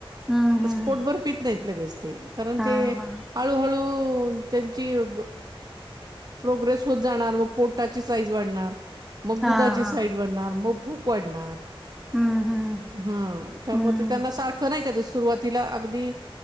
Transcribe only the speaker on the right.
असं पोटभर पीत नाहीत लगेच ते, कारण
ते
हळूहळू त्यांची, अ प्रोग्रेस होत जाणार आणि पोटाची साईज वाढणार. मग
दुधाची
साईड वाढणार, मग भूक वाढणार.
हा, त्यामुळे
ते त्यांना सारखं नाही का ते सुरुवातीला अगदी